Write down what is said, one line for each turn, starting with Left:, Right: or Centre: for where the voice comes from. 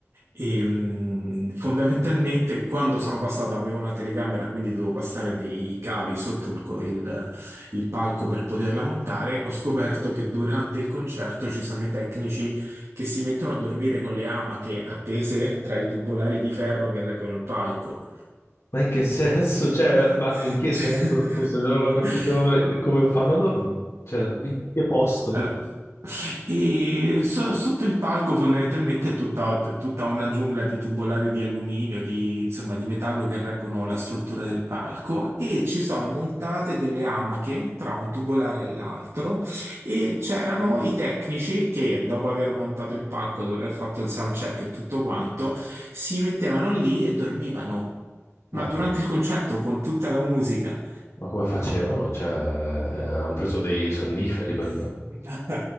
Right: E, mm, fondamentalmente, quando sono passato, avevo una telecamera, quindi dovevo passare dei cavi sotto il, co- il- il palco per poterla montare. Ho scoperto che durante il concerto ci sono i tecnici che si mettono a dormire con le amache appese tra i tubolari di ferro che reggono il palco.
Left: Ma in che senso? Cioè,
Right: <laughs>
Left: ma in che
Right: Cioè,
Left: senso? Scusa, io non ho capito
Right: <laughs>
Left: come fanno a dormire. Cioè, in che posto?
Right: Allora, e so- sotto il palco fondamentalmente è tutta, è tutta una giungla di tubolari di alluminio, di, insomma, di metallo che reggono la struttura del palco e ci sono montate delle amache tra un tubolare e l'altro e c'erano i tecnici che dopo aver montato il palco, dopo aver fatto il sound check e tutto quanto, si mettevano lì e dormivano. Ma
Left: Ma,
Right: durante
Left: penso.
Right: il concerto con tutta la musica.
Left: Ma come facevano? Cioè, eh, hanno preso dei sonniferi
Right: <laughs>
Left: perché?